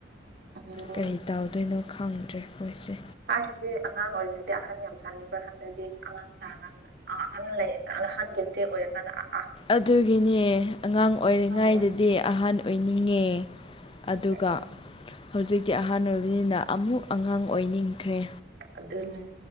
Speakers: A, on the right; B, on the left.
A: ꯎꯝ
B: ꯀꯔꯤ ꯇꯧꯗꯣꯏꯅꯣ ꯈꯪꯗ꯭ꯔꯦ ꯑꯩꯈꯣꯏꯁꯦ
A: ꯊꯥꯏꯅꯗꯤ ꯑꯉꯥꯡ ꯑꯣꯏꯔꯤꯉꯩꯗꯤ ꯑꯈꯟ ꯌꯥꯝ ꯁꯥꯥꯅꯤꯡꯕ꯭ꯔꯥ ꯍꯟꯗꯗꯤ ꯑꯉꯥꯡ ꯁꯥꯔꯀꯥꯟꯗ ꯑꯍꯟ ꯂꯩ ꯑ ꯑꯍꯟꯒꯤ ꯏꯁꯇꯦ ꯑꯣꯏꯔꯀꯥꯟꯅ ꯑꯥ
B: ꯑꯗꯨꯒꯤꯅꯦ ꯑꯉꯥꯡ ꯑꯣꯏꯔꯤꯉꯩꯗꯗꯤ
A: ꯎꯝ
B: ꯑꯍꯥꯟ ꯑꯣꯏꯅꯤꯡꯉꯦ ꯑꯗꯨꯒ
A: ꯎꯝ
B: ꯍꯧꯖꯤꯛꯇꯤ ꯑꯍꯥꯟ ꯑꯣꯏꯕꯅꯤꯅ ꯑꯃꯨꯛ ꯑꯉꯥꯡ ꯑꯣꯏꯅꯤꯡꯈ꯭ꯔꯦ
A: ꯑꯗꯨꯅꯦ